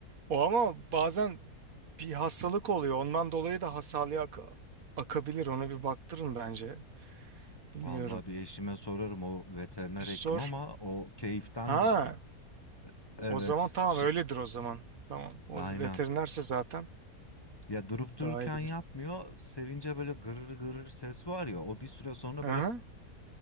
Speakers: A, on the right; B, on the left.
A: O ama bazen bir hastalık oluyor. Ondan dolayı da hasarlıya ak- akabilir. Ona bir baktırın bence. Bilmiyorum.
B: Vallahi bir eşime sorarım o veteriner
A: Bir
B: hekim
A: sor.
B: ama o keyiften
A: Ha,
B: dedi. Evet,
A: o zaman tamam
B: şi-
A: öyledir o zaman. Tamam. O
B: aynen.
A: veterinerse zaten
B: Ya durup dururken
A: daha iyi bilir.
B: yapmıyor. Sevince böyle gırır gırır ses var ya o bir süre sonra
A: Aha.
B: böyle